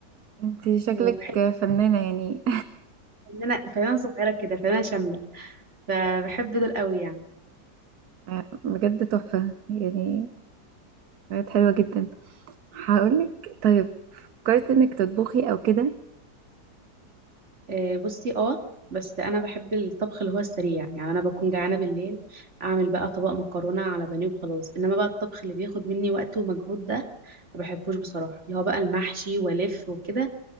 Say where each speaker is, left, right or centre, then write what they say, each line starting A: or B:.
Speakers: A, on the right (about 65°); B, on the right (about 40°).
A: انتي شكلك
B: وبحب
A: فنانة يعني
B: ان انا فنانه صغيره كده فنانه شامله فبحب دول قوي يعني
A: <laughs> آه، بجد تحفة يعني بجد حلوة جدا هقولك طيب فكرت انك تطبخي او كده
B: آه، بصي اه بس انا بحب الطبخ اللي هو السريع يعني انا بكون جعانه بالليل اعمل بقى طبق مكرونه على بانيه وخلاص انما بقى الطبخ اللي بياخد مني وقت ومجهود ده ما بحبوش بصراحه اللي هو بقى المحشي والف وكده